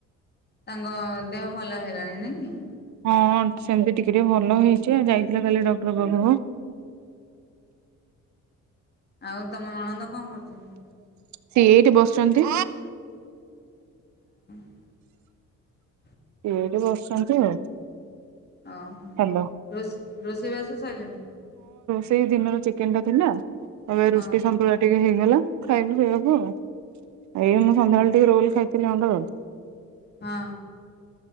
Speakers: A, on the left; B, on the right.
A: ତାଙ୍କ ଦେହ ଭଲ ହେଲାଣି ନ କି?
B: ହଁ ସେମିତି ଟିକେ ଟିକେ ଭଲ ହେଇଛି ଯାଇଥିଲା କାଲି ଡକ୍ଟର ବାବୁ <inaudible>
A: ଆଉ ତମର ଅଣନ୍ଦ କଣ କରୁଛନ୍ତି?
B: ସିଏ ଏଇଠି ବସଛନ୍ତି।
A: ହଁ।
B: ସେ ଏଇଠି ବସିଛନ୍ତି ଆଉ।
A: ଓହୋ
B: ହାଲୋ
A: ର ରୋଷେଇବାସ ସିଲଣି?
B: ସେଇ ଦିନର ଚିକେନ ଟା ଥିଲା ଆଉ
A: ହଁ
B: ରୁଟି ସନ୍ତୁ ଟିକେ ହେଇଗଲା ଖାଇବା ପିଇବାକୁ ଆଉ। ଏଇଁ ସନ୍ଧ୍ୟା ବେଳେ ଟିକେ ରୋଲ ଖାଇଥିଲି କଣ୍ଡଦ
A: ହଁ।